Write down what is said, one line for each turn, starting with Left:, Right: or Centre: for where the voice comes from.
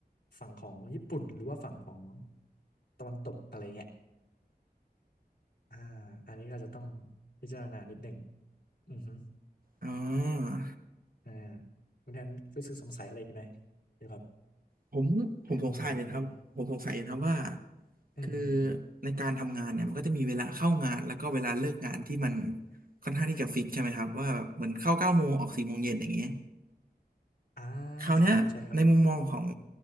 Left: ฝั่งของญี่ปุ่นหรือว่าฝั่งของตะวันตกอะไรเงี้ยอ่าอันนี้ก็จะต้องพิจารณานิดหนึ่งอือฮึ
Right: อ่า
Left: อ่าคุณแทนรู้สึกสงสัยอะไรอีกไหมเกี่ยวกับ
Right: ผมผมสงสัยอยู่นะครับผมสงสัยอยู่นะครับว่า
Left: เรื่องประมาณนี้อืมอืมอืม
Right: คือในการทำงานเนี่ยมันก็จะมีเวลาเข้างานแล้วก็เวลาเลิกงานที่มันค่อนข้างที่จะฟิกใช่ไหมครับว่าแบบเหมือนเข้าเก้าโมงออกสี่โมงเย็นอย่างเงี้ย
Left: อ่า
Right: คราวเนี้ยในมุมมองของ
Left: ใช่ครับใช่ครับ